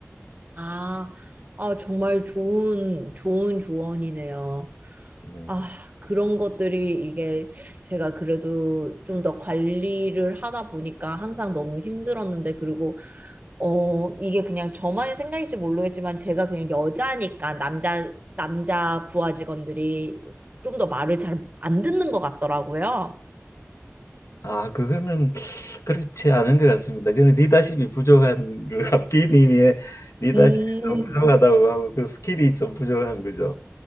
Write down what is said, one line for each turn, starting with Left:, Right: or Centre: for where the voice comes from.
Right: 아, 아, 정말 좋은, 좋은 조언이네요.
Left: 네.
Right: 아, 그런 것들이 이게 제가 그래도 좀 더 관리를 하다 보니까 항상 너무 힘들었는데, 그리고 어, 이게 그냥 저만의 생각일지 모르겠지만 제가 그냥 여자니까 남자, 남자 부하 직원들이 좀 더 말을 잘 안 듣는 것 같더라고요.
Left: 아, 그거는 그렇지 않은 것 같습니다. 그는 리더십이 부족한 그 B님의 리더십이
Right: 음,
Left: 좀 부족하다고 하고 그 스킬이 좀 부족한 거죠.